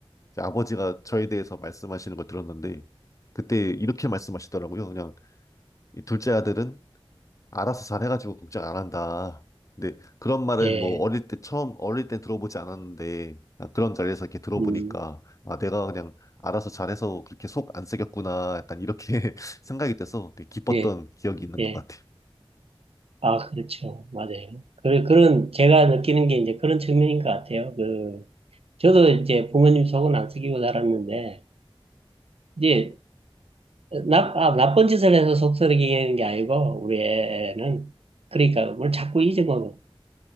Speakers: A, on the left (about 35°); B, on the right (about 85°).
A: 이제 아버지가 저에 대해서 말씀하시는 걸 들었는데 그때 이렇게 말씀하시더라고요. 그냥 이 둘째 아들은 알아서 잘해가지고 걱정 안 한다. 근데 그런 말은
B: 예,
A: 뭐 어릴 때 처음 어릴 때 들어보지 않았는데 아, 그런 자리에서 이렇게 들어보니까
B: 음,
A: 아 내가 그냥 알아서 잘해서 그렇게 속 안 쓰였구나 약간 이렇게 <laughs> 생각이 돼서 되게 기뻤던
B: 예,
A: 기억이 있는
B: 예.
A: 것 같아요.
B: 아, 그렇죠. 맞아요. 그, 그런 제가 느끼는 게 이제 그런 측면인 것 같아요. 그 저도 이제 부모님 속은 안 썩이고 살았는데 이제 나, 아, 나쁜 짓을 해서 속썩이는 게 아니고 우리 애는 그러니까 뭘 자꾸 잊어먹어.